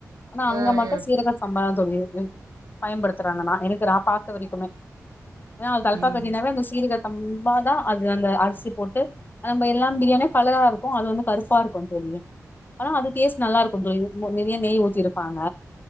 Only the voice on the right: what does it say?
ஆ
ஆ
ம்